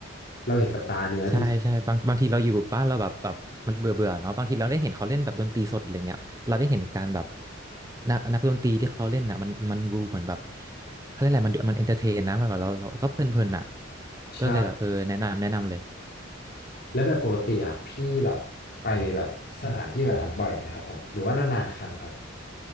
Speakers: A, on the left; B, on the right.
A: เราเห็นกับตาเนื้อจริง
B: ใช่ใช่บางบางทีเราอยู่บ้านเราแบบแบบมันเบื่อเบื่อเนาะบางทีเราได้เห็นเขาเล่นแบบดนตรีสดอะไรเงี้ยเราได้เห็นการแบบนักนักดนตรีที่เขาเล่นน่ะมันมันดูเหมือนแบบเขาเรียกอะไรมันมันเอนเตอร์เทนนะมันแบบเราเราก็เพลินเพลินอ่ะ
A: ใช่
B: ก็เลยแบบเออแนะนำแนะนำเลย
A: แล้วแบบปกติอ่ะพี่แบบไปแบบสถานที่แบบนั้นบ่อยไหมครับผมหรือว่านานๆครั้งครับ